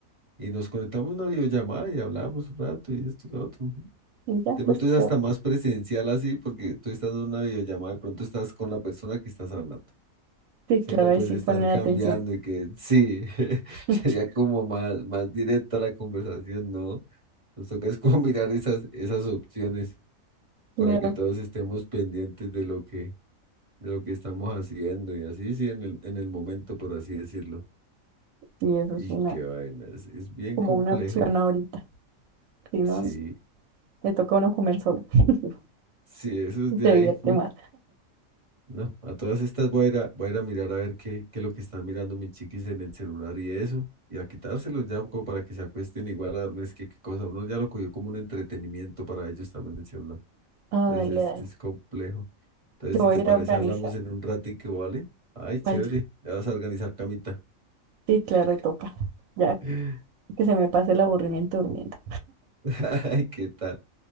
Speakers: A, on the right (about 30°); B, on the right (about 75°).
A: y nos conectamos a una videollamada y hablamos un rato y esto y lo otro. ujú.
B: Y ya
A: De pronto
B: pues
A: es hasta
B: so-
A: más presencial así porque tú estás en una videollamada, de pronto estás con la persona que estás hablando.
B: sí,
A: Sí,
B: claro,
A: no
B: ahí
A: puedes
B: sí
A: estar
B: ponen
A: cambiando
B: atención.
A: y que sí, <laughs>
B: <laughs>
A: sería como más, más directa la conversación, ¿no? Nos toca es <laughs> combinar esas, esas opciones
B: Claro,
A: para que todos estemos pendientes de lo que, de lo que estamos haciendo y así, sí, en el, en el momento, por así decirlo.
B: y eso
A: Y
B: es una
A: qué vaina, es, es bien
B: como
A: complejo.
B: una opción ahorita. Si no,
A: Sí,
B: le toca a uno comer solo. <laughs>
A: sí, eso es de
B: Se
A: ahí.
B: divierte
A: <laughs> mm,
B: más.
A: No, a todas estas voy a ir a, voy a ir a mirar a ver qué, qué es lo que están mirando mis chiquis en el celular y eso, y a quitárselos ya como para que se acuesten igual a dormir. Es que qué cosa, uno ya lo cogió como un entretenimiento para ellos también el celular.
B: Ah,
A: Entonces
B: dale, dale.
A: es, es complejo. Entonces,
B: Yo
A: si
B: voy
A: te
B: a
A: parece,
B: ir a organizar.
A: hablamos en un ratico, ¿vale? Ay, chévere,
B: Vale,
A: ya vas a organizar camita.
B: sí, claro, toca. Ya
A: <laughs>
B: que se me pase el aburrimiento durmiendo.
A: <laughs> Ay, ¿qué tal?